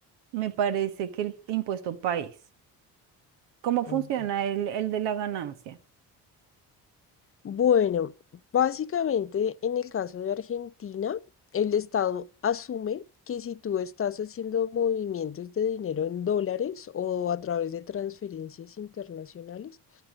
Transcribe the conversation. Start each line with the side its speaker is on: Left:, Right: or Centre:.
Right: me parece que el impuesto país, ¿cómo
Left: Ok.
Right: funciona el, el de la ganancia?
Left: Bueno, básicamente en el caso de Argentina, el Estado asume que si tú estás haciendo movimientos de dinero en dólares o a través de transferencias internacionales,